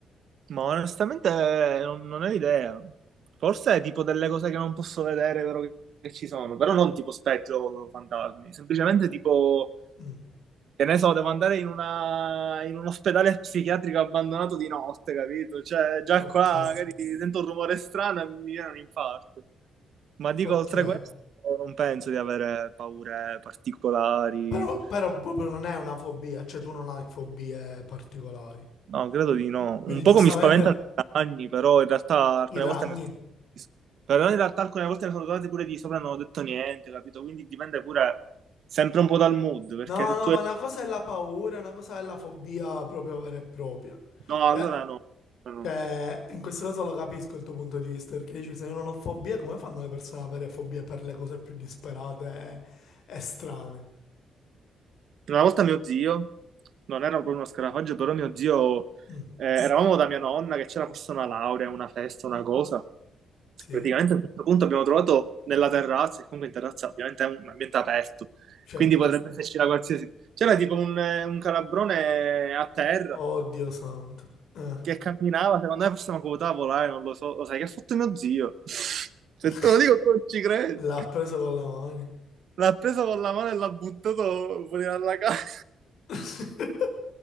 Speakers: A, on the right; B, on the left.
A: Ma onestamente eh, non, non ho idea. Forse è tipo delle cose che non posso vedere, vero che, che ci sono, però non tipo spettro o fantasmi, semplicemente tipo
B: Mm,
A: Che ne so, devo andare in, una, in un ospedale psichiatrico abbandonato di notte, capito? Cioè, già
B: ok,
A: qua magari sento un rumore strano e mi viene un infarto. Ma dico,
B: ok.
A: oltre a questo, non penso di avere paure particolari.
B: Però, però proprio non è una fobia, cioè tu non hai fobie particolari.
A: No, credo di no.
B: Quindi
A: Un
B: giustamente
A: poco mi spaventano i cagni, però in realtà alcune
B: i ragni.
A: volte ne sono... Però in realtà alcune volte ne sono tornati pure di sopra e non ho detto niente, capito? Quindi dipende pure sempre un po' dal mood, perché
B: No,
A: se
B: no,
A: tu...
B: ma una cosa è la paura, una cosa è la fobia proprio vera e propria.
A: No,
B: Cioè,
A: allora no. No. no.
B: cioè, in questo caso lo capisco il tuo punto di vista, perché dici se io non ho fobie, come fanno le persone ad avere fobie per le cose più disperate e, e strane?
A: Una volta mio zio, non era proprio uno scarafaggio, però mio zio,
B: Mm,
A: eh, eravamo da mia nonna che c'era forse una laurea, una festa, una cosa.
B: sì,
A: Praticamente a un certo punto abbiamo trovato nella terrazza, e comunque in terrazza ovviamente è un ambiente aperto,
B: certo.
A: quindi potrebbe esserci la qualsiasi... C'era tipo un, eh, un calabrone a terra
B: Oddio santo. Eh.
A: che camminava, secondo me forse mi ha potuto volare, non lo so. Lo sai che ha fatto mio zio? <laughs> Se
B: <laughs>
A: te lo dico tu non ci credi.
B: L'ha preso con le mani.
A: L'ha preso con la mano e l'ha buttato fuori dalla casa.
B: <laughs>